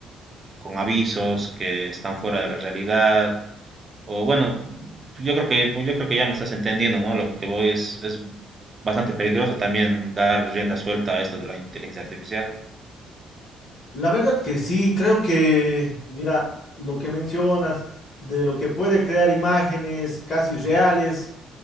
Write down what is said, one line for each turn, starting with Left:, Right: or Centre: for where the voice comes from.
Right: con avisos que están fuera de la realidad. O bueno, yo creo que, yo creo que ya me estás entendiendo, ¿no? A lo que voy es, es bastante peligroso también dar rienda suelta a esto de la inteligencia artificial.
Left: La verdad que sí, creo que, mira, lo que mencionas de lo que puede crear imágenes casi reales